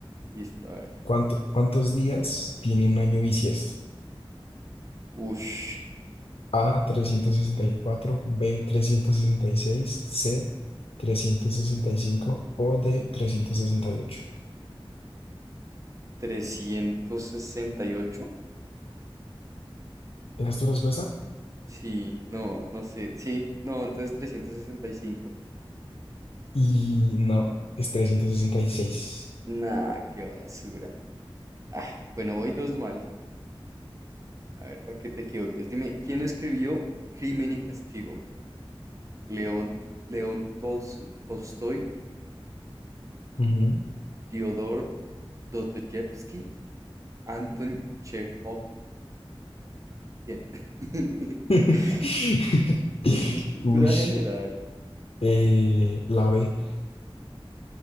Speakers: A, on the right; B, on the left.
A: Listo, a ver.
B: ¿Cuánto- cuántos días tiene un año bisiesto?
A: Ush,
B: A, trescientos sesenta y cuatro B, trescientos sesenta y seis C, 365 o D, 368.
A: 368.
B: ¿Esa es tu respuesta?
A: Sí, no, no sé. Sí, no, entonces 365.
B: Y no, es 366.
A: Nah, qué basura. Ah, bueno, voy dos mal. A ver, para que te equivoques, dime, ¿quién escribió Crimen y Castigo? ¿León, León Tolso- Tolstoy,
B: Ujú.
A: Fyodor Dostoyevsky, Anton Chejov? ¿Quién? <laughs>
B: <laughs>
A: Es cultura
B: Uy,
A: general.
B: eh, la B.